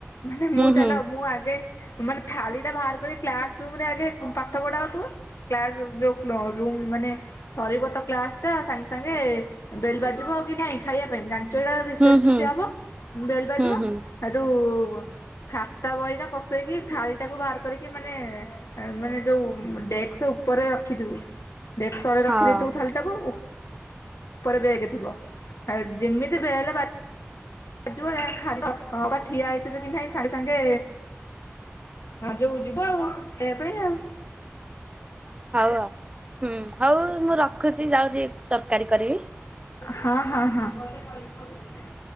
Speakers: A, on the left (about 75°); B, on the right (about 25°).
A: ମାନେ
B: ହୁଁ
A: ମୁଁ
B: ହୁଁ
A: ଚାଲ ମୁଁ ଆଗେ ମାନେ ଥାଳି ଟା ବାହାର କରି କ୍ଲାସ ରୁମରେ ଆଗେ ପାଠ ପଢା ହଉଥିବ କ୍ଲାସ ଯୋଉ ରୁମ ମାନେ ସରିବ ତ କ୍ଲାସ ଟା ସାଙ୍ଗେ ସାଙ୍ଗେ- ବେଲ୍ ବାଜିବକି ନାଇଁ ଖାଇବା ପାଇଁ ଜାଣି- ଯଉଟା ରିଶେଷ
B: ହୁଁ ହୁଁ
A: ଛୁଟି ହେବ ବେଲ ବାଜିବ
B: ହୁଁ ହୁଁ ହଁ
A: ହେଠୁ- ଖାତା ବହି ଟା ପସେଇକି ଥାଳି ଟାକୁ ବାହାର କରିକି ମାନେ ମାନେ ଯୋଉ ଡେସ୍କ ଉପରେ ରଖିଥିବୁ- ଡେକ୍ସ ତଳେ ରଖିଦେଇଥୁ
B: ହଉ
A: ଥାାଲି ଟାକୁ - ଉପରେ ବେଗେ ଥିବ ଆ ଯେମିତି ବେଲେ ବାଜି - ଯିବ ଖାଲିଁ ଠିଆ ହେଇଥିବେ କି ନାଇଁ ସାଙ୍ଗେ ସାଙ୍ଗେ ଯୋଉ ଯିବ ଆଉ ଖାଇବା ପାଇଁ ଆଉ।
B: ହଉ ଆଉ ହୁଁ ହଉ ମୁଁ ରଖୁଛି ଯାଉଛି। ତରକାରୀ କରିବି।
A: ହଁ ହଁ ହଁ। <unintelligible>